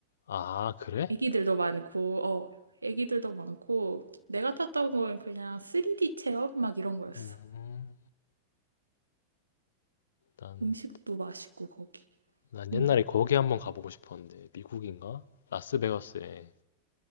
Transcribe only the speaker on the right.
애기들도 많고, 어, 애기들도 많고, 내가 탔던 건 그냥 3D 체험 막 이런 거였어.
음식도 맛있고, 거기.
응,